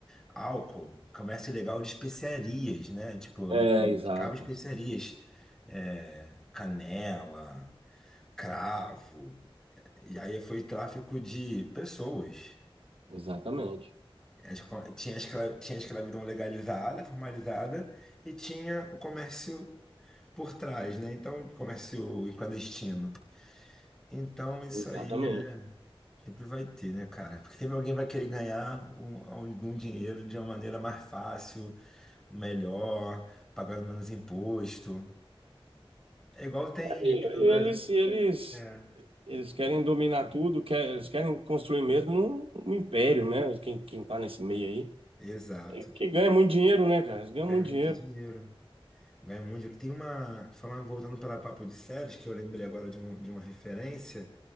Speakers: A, in the centre; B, on the right.
A: álcool, comércio ilegal de especiarias, né? Tipo,
B: É, exato.
A: ficava especiarias, é, canela, cravo. E aí foi tráfico de pessoas.
B: Exatamente,
A: A escra- Tinha a escra- tinha a escravidão legalizada, formalizada, e tinha o comércio por trás, né? Então, comércio clandestino. Então, isso
B: exatamente.
A: aí é- sempre vai ter, né, cara? Porque sempre alguém vai querer ganhar um- algum dinheiro de uma maneira mais fácil, melhor, pagando menos imposto. É igual tem
B: E
A: aqui no Brasil.
B: eles, eles,
A: É.
B: eles querem dominar tudo, quer- eles querem construir mesmo um, um império, né? Quem, quem tá nesse meio aí.
A: Exato.
B: É que ganha muito dinheiro, né, cara? Eles ganham
A: Ganha
B: muito
A: muito
B: dinheiro.
A: dinheiro. Ganha muito dinheiro. Tem uma. Falando, voltando para Papo de Séries, que eu lembrei agora de, um- de uma referência.